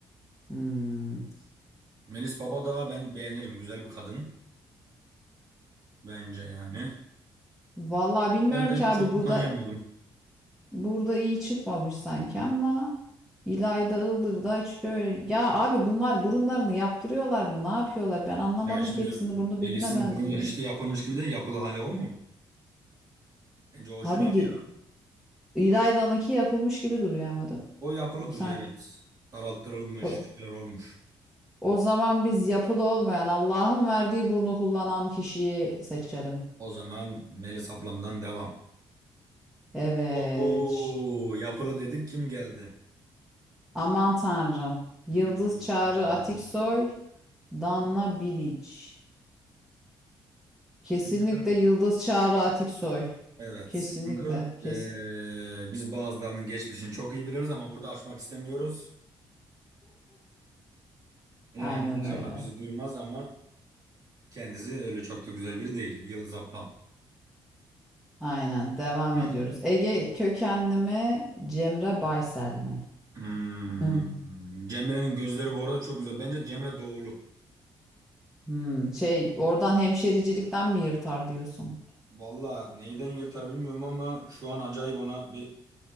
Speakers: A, in the centre; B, on the right.
A: Hmm.
B: Melis Baba da ben beğenirim. Güzel bir kadın bence yani.
A: Vallahi bilmiyorum
B: Hayda'yı
A: ki abi
B: çok
A: burada
B: da tanıyamadım.
A: burada iyi çıkmamış sanki ama İlayda Iğdır'da şöyle ya abi bunlar burunlarını yaptırıyorlar mı? Ne yapıyorlar? Ben anlamadım
B: Ya şimdi
A: ki hepsinin burnu
B: Melis'in
A: birbirine benziyor.
B: burnu hiç de yapılmış gibi de yapılı hale o mu? Bence orijinal
A: Abi
B: ya.
A: ye- İlayda'nınki yapılmış gibi duruyor ama değil mi?
B: O yapılı
A: Sanki.
B: duruyor evet. Daralttırılmış
A: O,
B: bir şeyler olmuş.
A: o zaman biz yapılı olmayan Allah'ın verdiği burnu kullanan kişiyi seçelim.
B: O zaman Melis ablamdan devam.
A: Evet.
B: Oo,
A: şşt.
B: yapılı dedik kim geldi?
A: Aman Tanrım. Yıldız
B: Hmm.
A: Çağrı Atiksoy, Danla Bilic. Kesinlikle
B: Şimdi şöyle.
A: Yıldız Çağrı Atiksoy.
B: Evet.
A: Kesinlikle.
B: Çünkü
A: Kesin.
B: eee, biz bazılarının geçmişini çok iyi biliriz ama burada açmak istemiyoruz. Yani
A: Aynen
B: inşallah
A: öyle.
B: bizi duymaz ama kendisi öyle çok da güzel biri değil. Yıldız ablam.
A: Aynen. Devam
B: Hmm.
A: ediyoruz. Ege kökenli mi? Cemre Baysel mi?
B: Hmm.
A: Hmm.
B: Cemre'nin gözleri bu arada çok güzel. Bence Cemre doğulu.
A: Hmm, şey oradan hemşericilikten mi yırtar diyorsun?
B: Valla neyden yırtar bilmiyorum ama şu an acayip ona bir